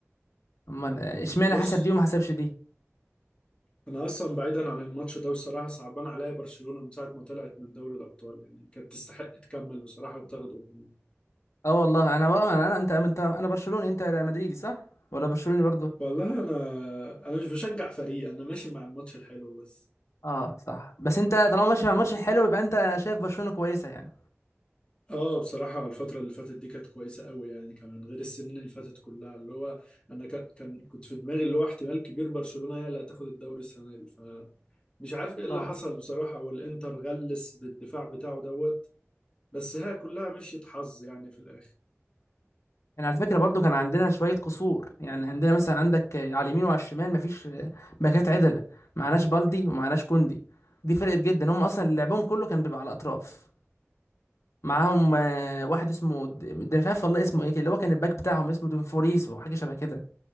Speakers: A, on the left; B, on the left.
A: امال اشمعنى
B: بص
A: حسب دي وما حسبش دي
B: انا اصلا بعيدا عن الماتش ده بصراحه صعبان عليا برشلونه من ساعه ما طلعت من دوري الابطال يعني كانت تستحق تكمل بصراحه وتاخده كمان
A: اه والله انا بقى انا أنا- انت انت انا برشلوني انت مدريدي صح ولا برشلوني برضو
B: والله انا انا مش بشجع فريق انا ماشي مع الماتش الحلو بس
A: اه صح بس انت طالما ماشي مع ماتش حلو يبقى انت شايف برشلونة كويسة يعني
B: اه بصراحة الفترة اللي فاتت دي كانت كويسة قوي يعني كمان غير السنين اللي فاتت كلها اللي هو انا ك- كان كنت في دماغي اللي هو احتمال كبير برشلونة هي اللي هتاخد الدوري السنة دي فمش عارف ايه اللي
A: اه
B: حصل بصراحة والانتر غلس بالدفاع بتاعه دوت بس هي كلها مشيت حظ يعني في الاخر
A: يعني على فكرة برضو كان عندنا شوية قصور يعني عندنا مثلا عندك آه، على اليمين وعلى الشمال مفيش آه، باكات عدلة معناش بالدي ومعناش كوندي دي فرقت جدا هم اصلا لعبهم كله كان بيبقى على الاطراف معاهم آه، واحد اسمه د- ده مش عارف والله اسمه ايه كده، اللي هو كان الباك بتاعهم اسمه دونفوريس وحاجه شبه كده